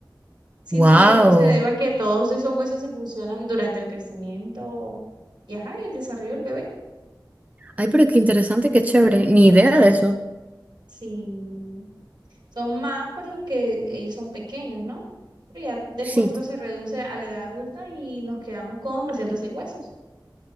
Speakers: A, on the right; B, on the right.
A: Sí,
B: Wow.
A: sí, esto se debe a que todos esos huesos se funcionan durante el crecimiento y, ajá, y el desarrollo del bebé.
B: Ay, pero qué interesante, qué chévere. Ni idea de eso.
A: Sí, son más por los que ellos son pequeños, ¿no? Pero ya después
B: Sí,
A: esto se reduce a la edad adulta y nos quedamos con 206 huesos.